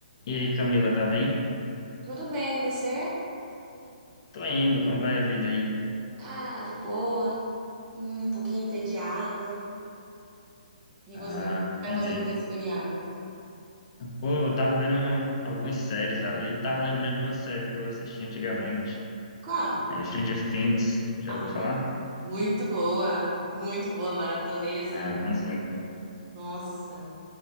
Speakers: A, on the left (about 35°); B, on the right (about 20°).
A: E aí, Camila, tá bem?
B: Tudo bem, e você?
A: Tô indo, como vai a vida aí?
B: Ah, de boa. Hum, um pouquinho entediada. E
A: Ah,
B: você? O que tá
A: entendi.
B: fazendo nesse feriado?
A: Pô, eu tava vendo algumas séries ali, eu tava lembrando de uma série que eu assisti antigamente,
B: Qual?
A: é Stranger Things, já
B: Ah,
A: ouviu falar?
B: muito boa. Muito boa. Maratonei assim.
A: Ah, bonzinho, pô. O
B: Nossa.